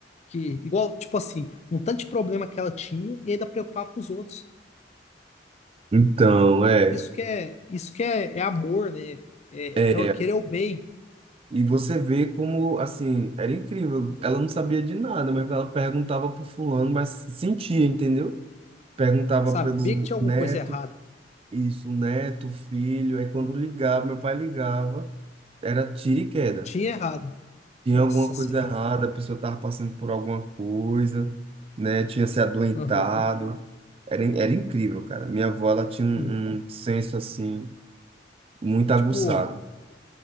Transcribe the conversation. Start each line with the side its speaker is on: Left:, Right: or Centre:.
Left: que, igual, tipo assim, um tanto de problema que ela tinha e ainda preocupava com os outros.
Right: Então, é,
Left: Isso que é, isso que é, é amor, né? É,
Right: é,
Left: é o- querer o bem,
Right: E você vê como, assim, era incrível. Ela não sabia de nada, mas ela perguntava pro fulano, mas sentia, entendeu? Perguntava
Left: saber
Right: pelo
Left: que tinha alguma
Right: neto,
Left: coisa errada.
Right: isso, neto, filho. Aí quando
Left: Aham.
Right: ligava, meu pai ligava, era tiro e queda.
Left: Tinha errado.
Right: Tinha
Left: Nossa
Right: alguma
Left: senhora.
Right: coisa errada, a pessoa estava passando por alguma coisa, né? Tinha se adoentado.
Left: Aham.
Right: Era, in- era incrível, cara. Minha avó, ela tinha um,
Left: Uhum.
Right: um senso, assim, muito aguçado.
Left: Tipo,